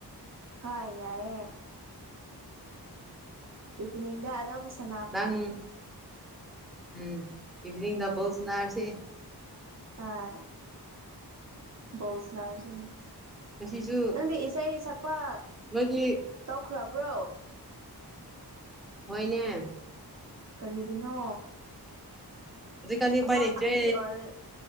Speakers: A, on the right; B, in the centre.
A: ꯍꯣꯏ ꯌꯥꯏꯌꯦ ꯏꯗ ꯑꯝ ꯁꯦ
B: ꯅꯪ ꯎꯝ ꯏꯚꯅꯤꯡꯗꯕꯧ ꯁꯅꯥꯔꯁꯤꯦ
A: ꯑ ꯣ ꯁꯅꯥꯁꯤ
B: ꯉꯁꯤꯁꯨ
A: ꯅꯪꯗꯤ ꯏꯁꯩ ꯁꯛꯄ
B: ꯃꯥꯒꯤ
A: ꯇꯈ꯭ꯔꯥꯕ꯭ꯔꯣ
B: ꯍꯣꯏꯅꯦ
A: ꯀꯔꯤꯒꯤꯅꯣ
B: ꯍꯧꯖꯤꯛꯀꯥꯟꯗꯤ
A: ꯑꯃ
B: ꯎꯄꯥꯏ ꯂꯩꯇ꯭ꯔꯦ
A: ꯑꯅꯤ ꯑꯣꯔ